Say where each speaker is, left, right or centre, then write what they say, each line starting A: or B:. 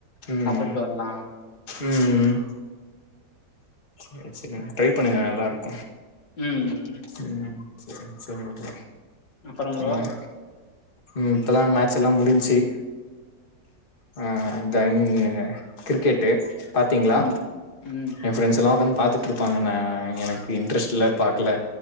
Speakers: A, on the left; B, on the left.
A: ம்
B: சாப்புட்டு வரலா
A: ம் ம் ம் சே சேரி ட்ரை பண்ணுங்க நல்லாருக்கு
B: ம்
A: ம் சேரி சேரிங்க ப்ரோ
B: அப்பறம் ப்ரோ
A: ம் ம் இப்பதா மேட்செல்லா முடுஞ்ச்சி அ டைமிங்கு கிரிக்கெட்டு் பாத்தீங்ளா
B: ம் ம்
A: எ ஃப்ரெண்ட்ஸ் எல்லா ஒக்காந் பார்த்துட்டு்ருப்பாங்க நான் எனக்கு இன்ட்ரெஸ்ட் இல்லை பார்க்கல